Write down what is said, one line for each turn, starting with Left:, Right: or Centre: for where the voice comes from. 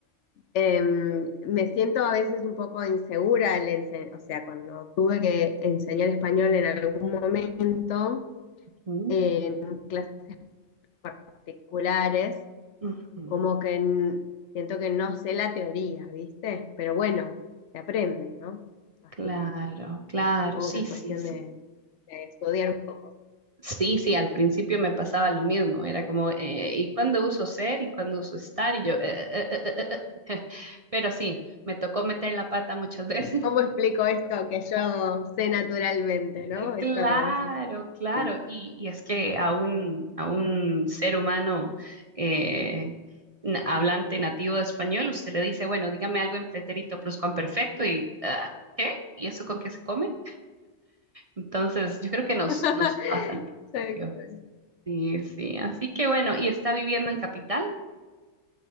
Left: Em, me siento a veces un poco insegura, al ense- o sea, cuando tuve que enseñar español en algún momento
Right: Mm,
Left: en clases particulares,
Right: ujú.
Left: como que n- siento que no sé la teoría, ¿viste? Pero bueno, se aprende, ¿no? Así
Right: Claro,
Left: que
Right: claro,
Left: supongo
Right: sí,
Left: que es
Right: sí,
Left: cuestión
Right: sí.
Left: de, de estudiar un poco.
Right: Sí, sí, al principio me pasaba lo mismo, era como, eh, ¿y cuándo uso ser y cuándo uso estar? Y yo, eh, eh, eh, eh, eh, eh. <laughs> Pero sí, me tocó meter la pata muchas <laughs> veces.
Left: ¿Cómo explico esto que yo sé naturalmente,
Right: <laughs>
Left: ¿no?
Right: Eh,
Left: Esto
Right: Claro,
Left: que es,
Right: claro.
Left: sí.
Right: Y, y es que a un, a un ser humano eh, na- hablante nativo de español, usted le dice, bueno, dígame algo en pretérito perfecto y ah, ¿qué? ¿Y eso con qué se come? Entonces, yo creo que nos,
Left: <laughs>
Right: nos pasa al principio.
Left: Tal cual.
Right: Sí, sí. Así que bueno, ¿y está viviendo en capital